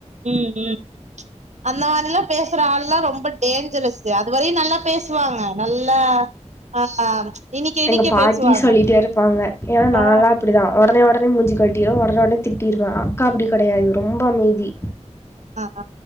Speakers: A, on the right (about 70°); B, on the left (about 20°).
A: உம்ம் அந்த மாதிலா பேசற ஆள்லா ரொம்ப டேஞ்சரஸ்சு அ துவரையு நல்லா பேசுவாங்க நல்லா ஆ இனிக்க இனிக்க
B: எங்க பாட்டி
A: பேசுவாங்க
B: சொல்லிட்டே இருப்பாங்க ஏனா நால்லா
A: ஆ
B: அப்டிதா உடனே உடனே மூஞ்சிக்காட் டீருவ உடனே உடனே திட்டீருவ அக்கா அப்டி கெடயாது ரொம்ப அமைதி
A: ஆ